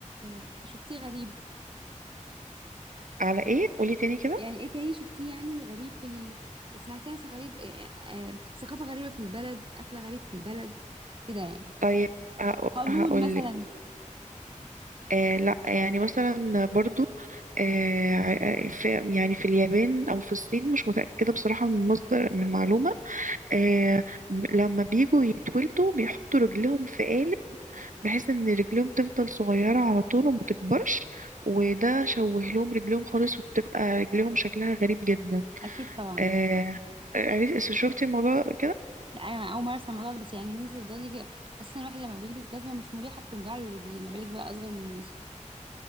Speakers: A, on the right (about 40°); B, on the right (about 75°).
A: آه، شفتيه غريب
B: على ايه قولي تاني كده
A: يعني ايه تاني شفتيه يعني غريب في ال... سمعتيها س- غريب آه آه ثقافة غريبة في البلد أكل غريب في البلد كده يعني
B: طيب
A: قانون
B: هقول
A: مثلا
B: لك آه لا يعني مثلا برضو آه ع- في يعني في اليابان او في الصين مش متأكدة بصراحة من مصدر من معلومة آه ب- لما بيجوا يتولدوا بيحطوا رجلهم في قالب بحيث ان رجلهم تفضل صغيرة على طول وما تكبرش وده شوه لهم رجلهم خالص وبتبقى رجلهم شكلها غريب جدا
A: أكيد طبعا
B: آه عرفت شفتي الموضوع ده قبل كده
A: لا أنا أول مرة أسمع الموضوع ده بس يعني إن أنت تفضلي كده أساسا الواحد لما بيلبس جزمة مش مريحة بتوجع له رجليه ما بالك بقى أصغر من اسمه